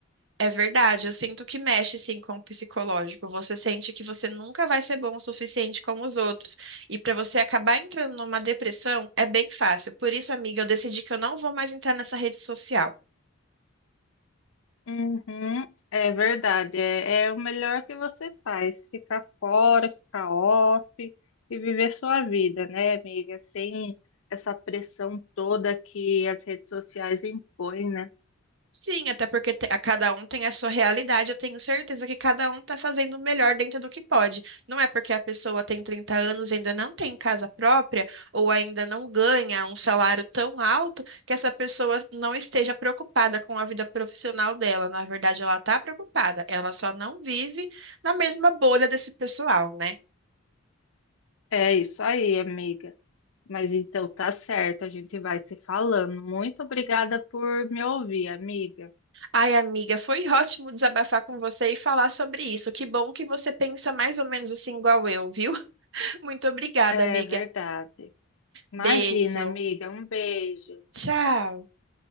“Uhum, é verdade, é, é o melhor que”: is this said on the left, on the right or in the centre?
Left